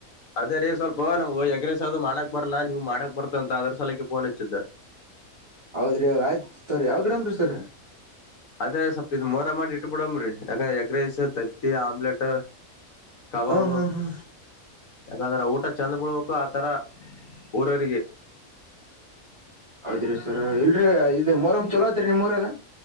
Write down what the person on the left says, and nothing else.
ಅದೇ ರೀ ಸ್ವಲ್ಪ ನಮ್ಗೆ ಎಗ್ರೆಸ್ ಅದು ಮಾಡಕ್ ಬರಲ್ಲಾ ನೀವ್ ಮಾಡಕ್ ಬರ್ತಂತ ಅದ್ರ ಸಲಕ್ಕೆೆ ಫೋನ್ ಹಚ್ಚಿದ್ದೆ
ಅದೇ ಸ್ವಪ್ ಇದ್ ಮೋರ ಮಾಡಿ ಇಟ್ಬಿಡಮ್ರಿ, ಯಾಕಂದ್ರೆ ಎಗ್ ರೈಸ್, ತತ್ತಿ, ಆಮ್ಲೆಟ್ಟು ಕಬಾಬು
ಯಾಕಂದ್ರೆ ಊಟ ಚೆಂದ ಬಿಳ್ಬೇಕು ಆತರ ಊರರಿಗೆ